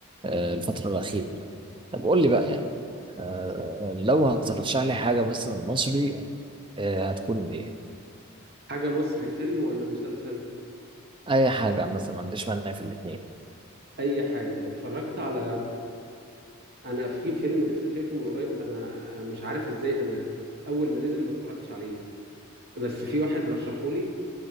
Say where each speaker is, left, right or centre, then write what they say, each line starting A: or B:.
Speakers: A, on the right; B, on the right.
A: آه، الفترة الأخيرة طب قول لي بقى يعني آه، لو هترشح لي حاجة مثلا مصري آه، هتكون إيه؟
B: حاجة مصري فيلم ولا مسلسل
A: أي حاجة مثلا ما عنديش مانع في الاتنين
B: أي حاجة اتفرجت على أنا في فيلم لسه شايفه من قريب أنا أنا مش عارف إزاي أنا أول ما نزل ما اتفرجتش عليه بس في واحد رشحولي